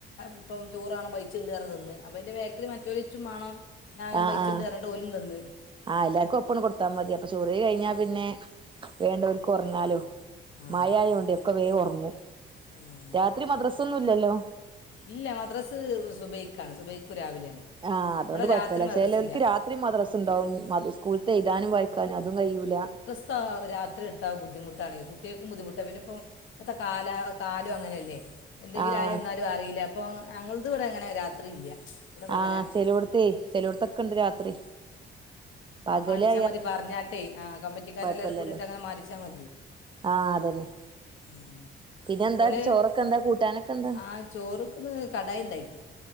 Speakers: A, on the left; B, on the right.
A: ഇപ്പം ചോർ വാണം പെയ്ച്ചുണുണ്ട് എന്ന് പറഞ്ഞ് തിന്ന്. അപ്പോ എൻ്റെ ബേകില് മറ്റൊലും ഇച്ചും മാണം ഞാനും
B: ആഹ്
A: പൈചിണ്ട്
B: ആഹ്
A: പറഞ്ഞിട്ട് ഓലും തിന്ന്.
B: ആഹ്, എല്ലാർക്കും ഒപ്പാണ് കൊടുത്താ മതി അപ്പോ ചോർ വെയി കഴിഞ്ഞാ പിന്നെ വേണ്ടവർക്ക് ഒറങ്ങാല്ലോ.
A: ആഹ്
B: മായായൊണ്ട് ഒക്കെ വെങ്ങ് ഒറങ്ങും
A: ആഹ്
B: രാത്രി മദ്രസാന്നും ഇല്ലല്ലോ.
A: ഇല്ല മദ്രസ് സുബൈക്കാണ്, സുബൈക്ക് രാവിലെയാണ്.
B: ആഹ്, അതോണ്ട്
A: ഇവിടെ
B: കൊയപ്പല്ല
A: രാത്രി മദ്രസില്ല
B: ചേലോൽക്ക് രാത്രി മദ്രസ് ഇണ്ടാവും മദ്ര സ്കൂൾത്തെ എഴുതാനും വായിക്കാനും അതും കഴിയൂല്ല.
A: ഇപ്പോ രാത്രി എടുത്ത ബുദ്ധിമുട്ടാണ് കുട്ട്യാൽകും ബുദ്ധിമുട്ട പിന്നെ ഇപ്പോ ഇപ്പത്തെ കാലാ കാല ഇതും അങ്ങനെല്ലേ എന്തെങ്കിലും
B: ആഹ്
A: ആയി വന്നാലും അറിയില്ല ഇപ്പോ, ഞങ്ങളത് ഇവിടെ അങ്ങനെ രാത്രി ഇല്ല. ഇവിടെ പകലാണ്
B: ആഹ് ചേലോടതയെ ചേലോടത് ഒക്കെ ഇണ്ട് രാത്രി പകല്
A: ച്ചാമതി, പറഞ്ഞാട്ടെ ആഹ് കമ്മറ്റിക്കാര്
B: കൊഴപ്പല്ലല്ലോ
A: എല്ലാരും കുടിയിട്ട് അങ്ങനെ മാറ്റിച്ചാമതി.
B: ആഹ് അതന്നെ
A: ഉം
B: പിന്നെ എന്താ
A: ഓല്
B: ചോറൊക്കെ എന്താ കൂട്ടാനൊക്കെ എന്താ
A: ആ ചോറ്ക്ക് ഇന്ന് കടയിണ്ടാക്കി.